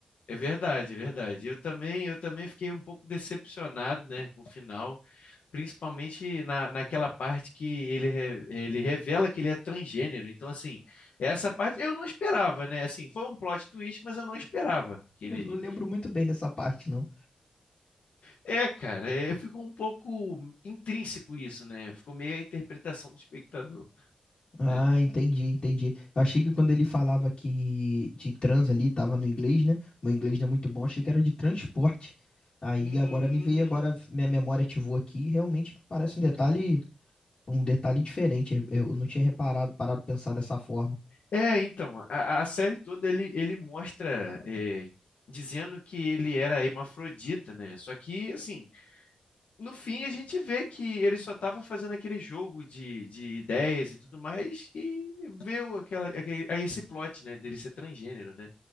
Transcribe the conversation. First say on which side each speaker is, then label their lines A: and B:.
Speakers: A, on the left; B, on the left.
A: é verdade, é verdade. Eu também, eu também fiquei um pouco decepcionado, né, com o final. principalmente na, naquela parte que ele, re- ele revela que ele é transgênero. Então, assim, essa parte eu não esperava, né? Assim, foi um plot twist, mas eu não esperava que
B: Eu
A: ele.
B: não lembro muito bem dessa parte, não.
A: É, cara, é, ficou um pouco intrínseco isso, né? Ficou meio a interpretação do espectador,
B: Ah,
A: né?
B: entendi, entendi. Eu achei que quando ele falava que de trans ali, tava no inglês, né? Meu inglês não é muito bom, achei que era de transporte. Aí
A: Hum.
B: agora me veio, agora minha memória ativou aqui, realmente parece um detalhe, um detalhe diferente. Eu eu não tinha reparado, parado de pensar dessa forma.
A: É, então, a, a série toda ele, ele mostra. é, Dizendo que ele era hermafrodita, né? Só que, assim, no fim a gente vê que ele só estava fazendo aquele jogo de, de ideias e tudo mais e veio aquela, aquele, a esse plot, né, dele ser transgênero, né?